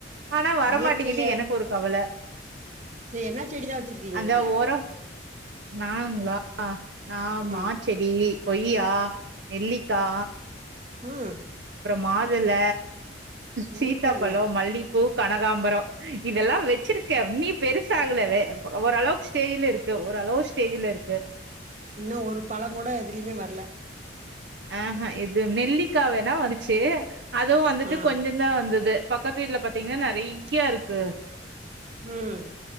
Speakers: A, on the right; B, on the right.
A: ஆனா வரமாட்டேங்குது
B: இயற்கையா
A: எனக்கு ஒரு கவல
B: சரி என்ன செடிதா வச்சிருக்கீங்க
A: அந்த
B: வீட்ல
A: ஒரோ நாங்களா நா
B: ம்
A: மா செடி இ கொய்யா நெல்லிக்கா
B: ஹம்
A: மாதுள்ள
B: சூப்பருங்க
A: சீத்தாப்பழோ மல்லிப்பூ கனகாம்பரம் இதெல்லாம் வச்சிருக்கேன் நீ பெருசா ஆகலவே ஓரளவுக்கு ஸ்டேஜ்ல இருக்கு ஓரளவு ஸ்டேஜ்ல இருக்கு
B: இன்னும் ஒரு பழம் கூட எதுலயுமே வரல
A: ஆஹ்ஹா எது நெல்லிக்காவேனா வந்துச்சு அதுவும் வந்துட்டு
B: ஆ
A: கொஞ்சோ தான் வந்துச்சு பக்கத்து வீட்டுல பாத்தீங்கன்னா நெறைய இருக்கு
B: ஹம்